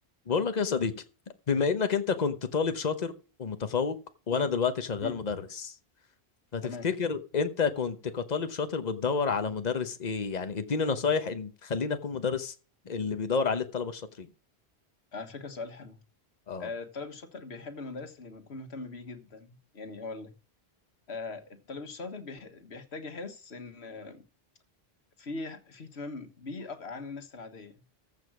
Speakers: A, on the left; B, on the left.
A: بقول لك يا صديقي بما انك انت كنت طالب شاطر ومتفوق وانا
B: مم.
A: دلوقتي شغال
B: مم.
A: مدرس فتفتكر
B: تمام
A: انت كنت كطالب شاطر بتدور على مدرس ايه يعني اديني نصايح ان تخليني اكون مدرس اللي بيدور عليه الطلبة الشاطرين
B: على فكرة سؤال حلو
A: اه
B: آه، الطالب الشاطر بيحب المدرس اللي بيكون مهتم بيه جدا يعني أقول لك آه، الطالب الشاطر بيح- بيحتاج يحس إن آه، في في اهتمام بيه أك- عن الناس العادية